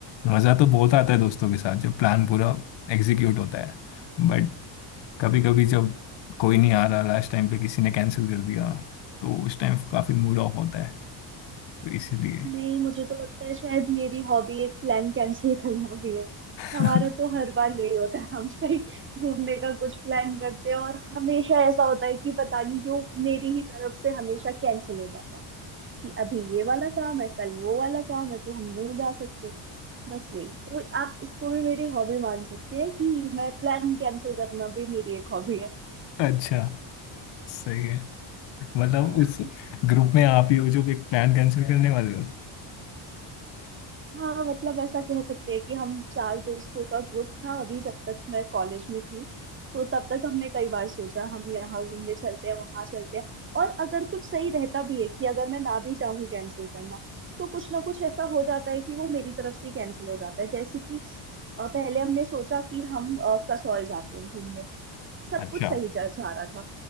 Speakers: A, on the left; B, on the right.
A: मज़ा तो बहुत आता है दोस्तों के साथ जब प्लान पूरा एग्जीक्यूट होता है बट कभी कभी जब कोई नहीं आ रहा लास्ट टाइम पे किसी ने कैंसिल कर दिया तो उस टाइम काफ़ी मूड ऑफ होता है तो इसीलिए
B: नहीं मुझे तो लगता है शायद मेरी हॉबी एक प्लान कैंसिल करना भी है हमारा
A: <laughs>
B: तो हर बार यही होता है हम कहीं घूमने का कुछ प्लान करते हैं और हमेशा ऐसा होता है कि पता नहीं क्यों मेरी ही तरफ से हमेशा कैंसिल हो जाता है कि अभी ये वाला काम है कल वो वाला काम है तो हम नहीं जा सकते बस यही तो आप इसको भी मेरी हॉबी मान सकते हैं कि मैं प्लान कैंसिल करना भी मेरी एक हॉबी है
A: अच्छा सही है मतलब
B: हाँ
A: उस ग्रुप में आप ही हो जो एक प्लान कैंसिल करने वाले हो
B: हाँ मतलब ऐसा कह सकते हैं कि हम चार दोस्तों का ग्रुप था अभी जब तक मैं कॉलेज में थी तो तब तक हमने कई बार सोचा हम यहाँ घूमने चलते हैं वहां चलते हैं और अगर कुछ सही रहता भी है कि अगर मैं ना भी चाहूँ कैंसिल करना तो कुछ ना कुछ ऐसा हो जाता है कि वो मेरी तरफ से कैंसिल हो जाता है जैसे कि अ, पहले हमने सोचा कि हम अ, कसौल जाते हैं घूमने सब
A: अच्छा
B: कुछ सही जा जा रहा था